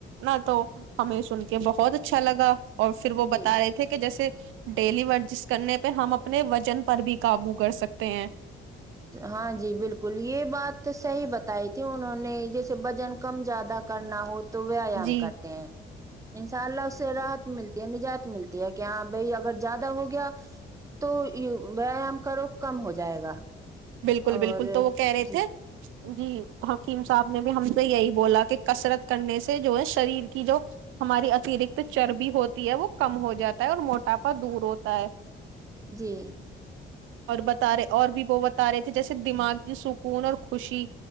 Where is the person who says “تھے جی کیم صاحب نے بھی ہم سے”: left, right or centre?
Right